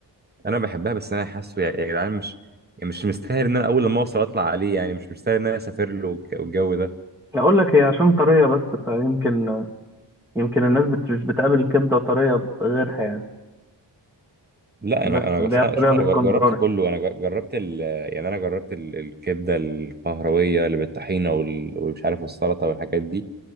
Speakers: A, on the right (about 20°); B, in the centre.
A: انا بحبها بس انا حاسه يا يا جدعان مش يعني مش مستاهل ان انا اول لما اوصل اطلع عليه يعني مش مستاهل ان انا اسافر له والج- والجو ده
B: اقول لك هي عشان طريه بس فيمكن يمكن الناس بت- مش بتقابل الكبده طريه غيرها يعني
A: لا انا
B: بس
A: انا
B: اللي
A: بس
B: هي
A: انا
B: الطريقه
A: شوف
B: الاسكندراني
A: انا ج- جربت كله انا ج- جربت ال يعني انا جربت ال- الكبده القهرويه اللي بالطحينه وال- والمش عارف السلطه والحاجات دي